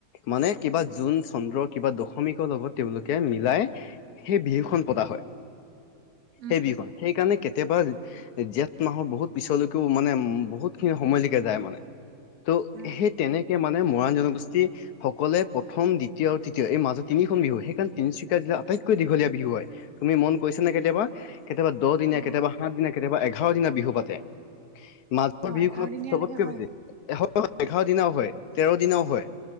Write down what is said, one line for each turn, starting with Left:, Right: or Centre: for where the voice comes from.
Left: মানে কিবা জোন- চন্দ্ৰ কিবা দশমিকৰ লগত তেওঁ লোকে মিলাই। সেই বিহুখন পতা হয়।
Right: উম
Left: সেই বিহুখন
Right: উম
Left: সেইকাৰণে কেতিয়াবা জেঠ মাহৰ বহুত। পিছলৈকো মানে বহুত খিনি সময়লৈকে যায় মানে ত
Right: উম
Left: সেই
Right: উম।
Left: তেনেকে। মানে মৰাণ জনগোষ্ঠী। সকলে প্ৰথম দ্বিতীয় আৰু তৃতীয় এই মাজত তিনিখন বিহু সেইকাৰণ তিনিচুকীয়া জিলা আটাইতকৈ দীঘলীয়া বিহু হয়। তুমি মন কৰিছা নে কেতিয়াবা কেতিয়াবা দহ দিনা
Right: অ
Left: কেতিয়াবা সাত দিনা কেতিয়াবা এঘাৰ দিনা বিহু পাতে। মাজৰ
Right: অ
Left: বিহু
Right: এঘাৰ
Left: খনত
Right: দিনীয়ালৈকে
Left: চবতকে
Right: হয়
Left: বেছি
Right: নেকি?
Left: এ সপ্ত এঘাৰ দিনাও হয় তেৰ দিনাও হয়।